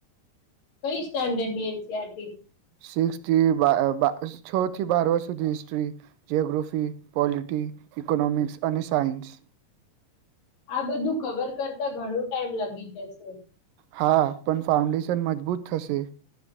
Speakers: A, on the left; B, on the right.
A: કઈ સ્ટાન્ડર્ડની એનસીઆરટી?
B: સિક્સથી બા અ બા છ થી બારવા સુધી હિસ્ટ્રી જીઓગ્રફી, પોલિટી, ઇકોનોમિક્સ અને સાઈન્સ
A: આ બધું કવર કરતા ઘણું ટાઈમ લગી જશે.
B: હા પણ ફાઉન્ડેશન મજબૂત થશે.